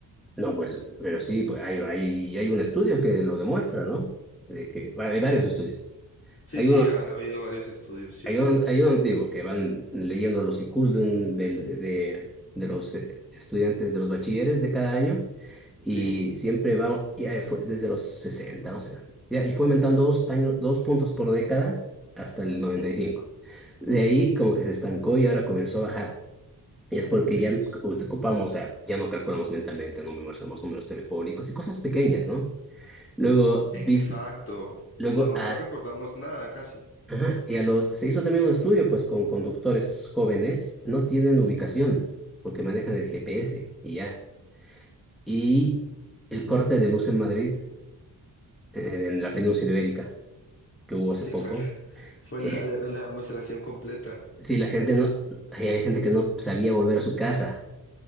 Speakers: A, in the centre; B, on the left.
A: No, pues, pero sí, pues hay, hay, hay un estudio que lo demuestra, ¿no? De que, bueno, hay varios estudios.
B: Sí,
A: Hay
B: sí,
A: uno,
B: han habido varios estudios, ¿cierto?
A: hay un, hay uno antiguo que van leyendo los IQs de, un- del- de, de los eh, estudiantes, de los bachilleres de cada año, y
B: Sí.
A: siempre va, y ahí fue desde los sesenta no sé, ya, y fue aumentando dos años, dos puntos por década hasta el noventa
B: ujú,
A: y cinco De ahí como que se estancó y ahora comenzó a bajar y Es porque
B: Dios.
A: ya ocupamos, o sea, ya no calculamos mentalmente, no memorizamos números telefónicos y cosas pequeñas, ¿no? Luego,
B: Exacto.
A: vist- luego
B: No, no
A: a,
B: recordamos nada casi.
A: ajá, y a los, se hizo también un estudio, pues, con conductores jóvenes, no tienen ubicación, porque manejan el GPS y ya. Y el corte de luz en Madrid, eh, en la península ibérica, que hubo hace
B: Sí,
A: poco,
B: fue, fue
A: eh,
B: la, de- la demostración completa.
A: sí, la gente no, hay gente que no sabía volver a su casa.